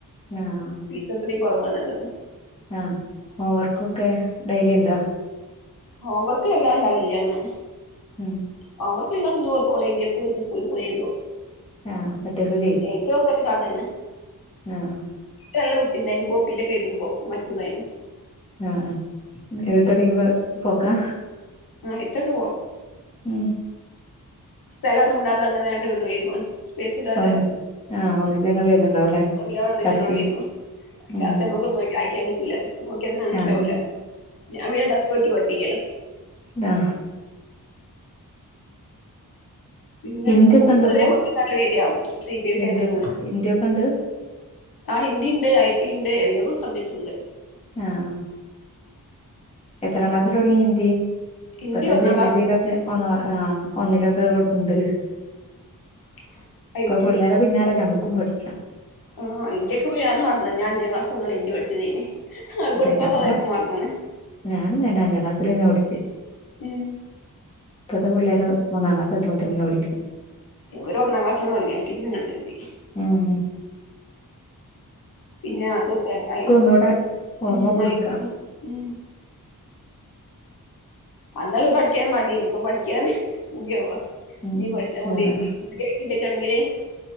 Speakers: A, on the left; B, on the left.
A: ആഹ്
B: ഫീസ് അത്രയും കൊറവാണ് അതാണ്
A: ആഹ് ഹോം വർക്കൊക്കെ ഡെയ്ലി ഉണ്ടോ
B: ഹോം വർക്ക് എല്ലാം ഉണ്ടാവില്ല അങ്ങനെ
A: ഉം
B: ഹോമർക്കു <unintelligible> ള്ളൊ കോളേജിക്കു ഇന്ന് സ്കൂൾ പോയ്തോ
A: ആഹ് ഒറ്റക്ക് ചെയ്യും
B: ഏറ്റ <unintelligible> ക്ക കാതല്ല
A: ആഹ്
B: ഇപ്പൊ നല്ല വൃത്തിണ്ടായിനി കൊപ്പിയിലൊക്കെ എയ്തുമ്പോ മറ്റു <unintelligible> ന്നായിന്
A: ആഹ് എഴുത്ത് കഴിയുമ്പോ പോക്കാ
B: ആ എയി <unintelligible> ത്തോക്കാ
A: ഉം
B: സ്ഥലൊന്നും ഇടാതെ അങ്ങനായിട്ട് ഇവിടെ എഴുതും അവൻ സ്പേസ് ഇടാതെ
A: ഒന്ന് ആഹ് ഒന്നിച്ചങ്ങട് എഴുതുണ്ടാവുല്ലേ
B: എല്ലാം കൂടെ ഒന്നിച്ച്
A: പരത്തി
B: എഴുതിയോണ്ടിരുന്നോ
A: ഉം
B: ലാസസ്റ്റ് നമ്മക്ക്ന്നു വായിക്കാൻ കിട്ടൂല്ല നോക്കിയാ തന്നെ മനസിലാവൂല്ല
A: ആഹ്
B: ഞാൻ പിന്നെ ടെസ്റ്റ്‌ നോക്കി പഠപ്പിക്കല
A: ടാ
B: പിന്നെ
A: ഹിന്ദിയൊക്കെ
B: ബുക്ക്
A: ഇണ്ടിപ്പോ
B: അതേ പോലത്തതാണല്ലോ വരിയ സി ബി എസ്
A: ഹിന്ദിയൊ
B: സി ആയതോണ്ട്
A: ഹിന്ദിയൊക്കെ ഇണ്ട്
B: ആ ഹിന്ദി ഉണ്ട് ഐ ടി ഉണ്ട് എല്ലോം സബ്ജക്റ്റ് ഉണ്ട്
A: ആഹ് എത്രാം ക്ലാസില് തൊടങ്ങീ ഹിന്ദ്
B: ഹിന്ദി
A: ഇപ്പത്തെ
B: ഒന്നാം
A: സി
B: ക്ലാസ്
A: ബി എസ് സിലൊക്കെ ഒള്ളതാ ആഹ് ആഹ് ഒന്നിലൊക്കെ കൊടുത്തിട്ടുണ്ട്
B: ആ <unintelligible>
A: ഇപ്പൊ
B: യി
A: പിള്ളേരെ പിന്നാലെ നമ്മുക്കും പഠിക്കാം
B: ആഹ് ഹിന്ദിക്കെ ഞാനും മറന്ന് ഞാൻ അഞ്ചാം ക്ലാസ് മുതലാ ഹിന്ദി പഠിച്ചത് തന്നെ ആ
A: അതെ
B: പൊടു <unintelligible> ത്തക്കതായിപ്പോ
A: നമ്മള
B: മാറന്ന്ണ്
A: ഞാനും തന്നെ അഞ്ചാം ക്ലാസ്സിലേന്ന് പഠിച്ചേ
B: ഉ
A: ഇപ്പത്തെ പിള്ളേര് ഒന്നാം ക്ലാസ് എത്തുമ്പന്നെ പടിക്കും
B: ഇവര് ഒന്നാം ക്ലാസി ആണ് തൊടങ്ങിയെ എൽ കേ ജി തന്നെ ഉണ്ട്
A: ആഹ്
B: പിന്നെ അതൊക്കെ ഐ
A: ഒന്നൂടെ ഓർമ്മ
B: -
A: പുതുക്കാം
B: അന്നൊക്കെ പഠിക്കാൻ മടിയാണ് ഇപ്പ പഠിക്കാന് പൂതിയാവാ
A: ഉം
B: ഇനി പഠിക്കാൻ മതീന്ന്
A: ആഹ്
B: ഇ <unintelligible> ട്ടിക്കാണങ്കിൽ